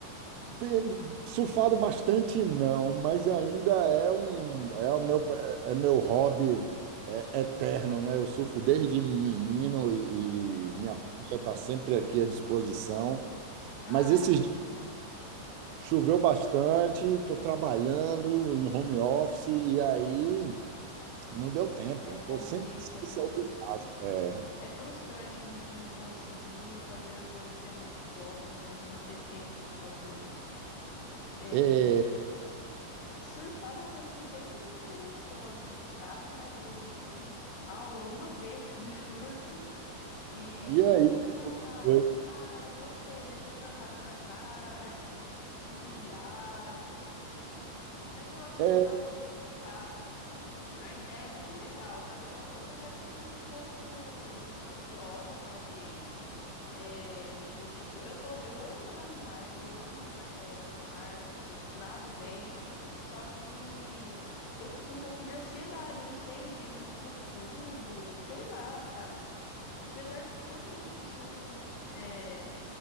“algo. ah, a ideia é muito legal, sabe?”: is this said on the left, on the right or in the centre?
Left